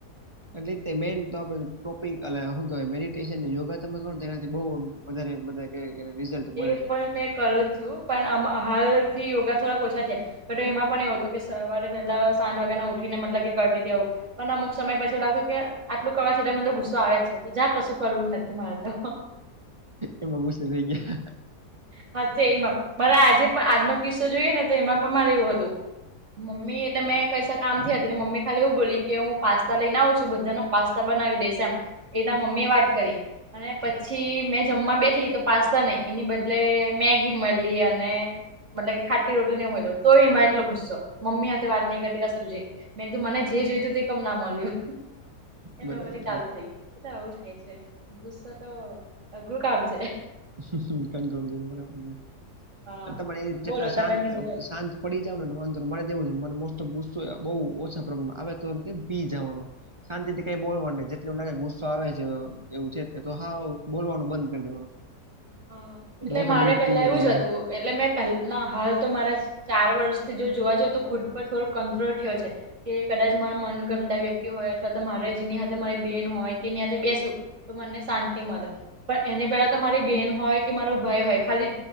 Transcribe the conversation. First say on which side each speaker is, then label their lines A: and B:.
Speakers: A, on the right; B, on the right.
A: <inaudible> એટલે મેઈન તો આપ ટોપિક શું ક મેડિટેશન ને યોગા તમે કરો તો એનાથી બઉ વધારે બધે એને રિઝલ્ટ મળે
B: એ
A: છે.
B: પણ મેં કરું જ છું પણ હાલથી યોગા થોડાક ઓછા થયા. તો એમાં પણ એવું હતું કે સવારે પહેલા સાત વાગ્યાના ઉઠીને મતલબ કે કરતી ત આવું. પણ અમુક સમય પછી લાગતું કે આટલું કરવા છતાય મધ તો ગુસ્સો આવે જ છે તો જા કશું કરવું નથી મારે તો.
A: એમાં ગુસુ થઈ ગયા.
B: સાચે એમાં મારે આજે પણ આજનો કિસ્સો જોઈએ ને તો એમાં પણ મારે એવું હતું મમ્મી એટલે મે કૈસા કામમથી હતી ને મમ્મી ખાલી એવું બોલી કે હું પાસ્તા લઈને આવું છું બધાના પાસ્તા બનાવી દે એમ એના મમ્મી એ વાત કરી અને પછી મેં જમવા બેઠી તો પાસ્તા નહી એની બદલે મેઘી મળી અને મતલબ કે ખાટી રોટલીહી ઉમેલવ તોયમાં એટલો ગુસ્સો મમ્મી હાથે વાત નહીં કરતી ક તુંજે મેં તું મને જે જોય તું તે કમ ના મળ્યું એ
A: બરાબર
B: મે બરી ચાલુ
A: છે
B: થઈ એ તો આવું થાય છે ગુસ્સો તો અઘરું કામ છે
A: કંટ્રોલ કર બરાબર
B: હા
A: છે તમારે
B: બોલો
A: જેટલા
B: તમે
A: શાંત
B: બીજો કઈ
A: શાંત પડી જાવને વાંધ માને એવું મને મોસ્ટ ઓફસ્તુ બહુ ઓછા પ્રબ્લેમ આવે તો કેમ પી જવાનો શાંતિથી કઈ બોલવાનું ન જેટલ એવું લાગે ગુસ્સો આવે છે એવું છે તો હા બોલવાનું બંધ કરી દેવાનું.
B: હા એટલે
A: ઓટોમેટિક
B: મારે પેલા
A: ધીમે
B: એવું
A: ધીમે
B: જ હતું એટલે મેં પ ના હાલ તો મારા ચાર વર્ષથી જો જોવા જ તો ખુદ પર થોડોક કંટ્રોલ થયો છે. કે કદાચ મારા મન ગમતા વ્યક્તિ હોય અથવા તો મારે જેની હાથે મારી બેન હોય કે એની હાથે બેસું. તો મને શાંતિ મળે પણ એને પેલા તો મારી બેન હોય કે મારો ભાઈ હોય ખાલી